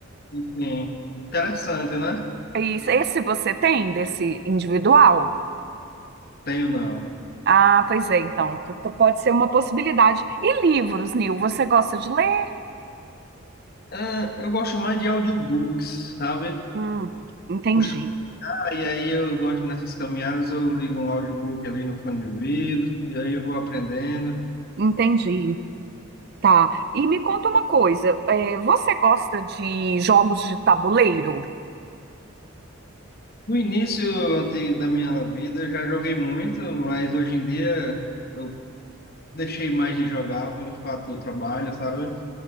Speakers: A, on the left (about 45°); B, on the right (about 45°).
A: Sim, interessante, né?
B: E Esse você tem desse individual?
A: Tenho não.
B: Ah, pois é, então t- t- pode ser uma possibilidade. E livros, Nil, você gosta de ler?
A: É, eu gosto mais de audiobooks, sabe?
B: Hum, entendi,
A: Puxa, e aí eu gosto nessas caminhadas, eu ligo um audiobook ali no fone de ouvido, e aí eu vou aprendendo.
B: entendi. Tá. E me conta uma coisa, é, você gosta de jogos de tabuleiro?
A: No início antes da minha vida, eu já joguei muito, mas hoje em dia eu deixei mais de jogar pelo fato do trabalho, sabe?